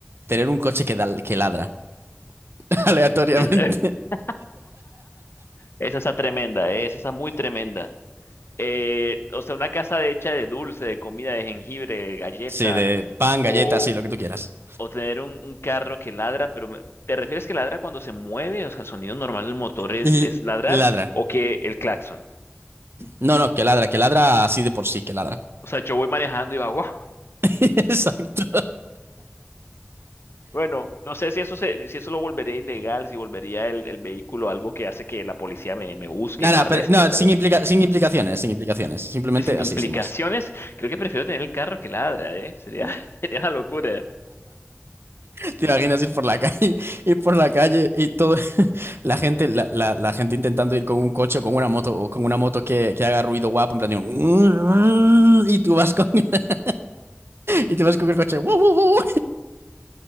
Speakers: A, on the right; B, on the left.
A: tener un coche que, da- que ladra <laughs> aleatoriamente.
B: <laughs> Esa está tremenda, ¿eh? Esa está muy tremenda. Eh, o sea, una casa de- hecha de dulce, de comida, de jengibre, de galleta,
A: Sí, de pan,
B: o,
A: galletas, sí, lo que tú quieras.
B: o tener un, un carro que ladra, pero me- ¿te refieres que ladra cuando se mueve? O sea, el sonido normal del motor es,
A: Y
B: es ladrar
A: ladra.
B: o que el claxon.
A: No, no, que ladra, que ladra así de por sí, que ladra.
B: O sea, yo voy manejando y va, wow.
A: <laughs> Exacto.
B: Bueno, no sé si eso se- si eso lo volvería ilegal, si volvería el, el vehículo algo que hace que la policía me, me busque
A: Nada,
B: y me arreste,
A: pero no,
B: pero
A: sin implica- sin implicaciones, sin implicaciones. Simplemente
B: sin
A: así,
B: implicaciones,
A: sin más.
B: creo que prefiero tener el carro que ladra, ¿eh? Sería, <laughs> sería una locura.
A: <laughs> ¿Te imaginas ir por la calle, <laughs> ir por la calle y todo, <laughs> la gente, la, la- la gente intentando ir con un coche o con una moto, o con una moto que, que haga ruido guapo, en plan, <laughs> y tú vas con, <laughs> y tú vas con el coche, "Wow, wow, wow".